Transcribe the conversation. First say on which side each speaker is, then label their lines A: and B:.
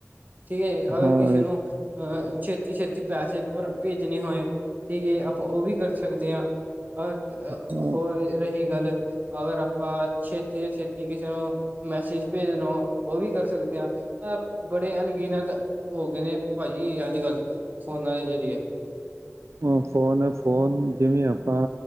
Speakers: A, on the right; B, on the right.
A: ਠੀਕੈ ਅਗਰ
B: ਹਾਂ
A: ਕਿਸੇ ਨੂੰ ਅਹ ਛੇਤੀ -ਛੇਤੀ ਪੈਸੇ ਭੁਰ ਭੇਜਣੇ ਹੋਏ ਠੀਕ ਏ ਆਪਾਂ ਉਵੀ ਕਰ ਸਕਦੇ ਆਂ। ਅਕ-ਅਅ,
B: ਹਾਂ
A: ਹੋਰ ਰਹੀ ਗੱਲ ਅਗਰ ਆਪਾ ਛੇਤੀ ਤੋ ਛੇਤੀ ਕਿਸੇ ਨੂੰ ਮੈਸੇਜ ਭੇਜਣੋ ਉਹ ਵੀ ਕਰ ਸਕਦੇ ਆ। ਅਅ, ਬੜੇ ਅਣਗਿਣਤ ਹੋਗੇ ਨੇ ਭਾਜੀ ਅੱਜ ਕੱਲ ਫੋਨਾਂ ਦੇ ਜ਼ਰੀਏ।
B: ਮ, ਫੋਨ ਏ ਫੋਨ ਜਿਵੇਂ ਆਪਾਂ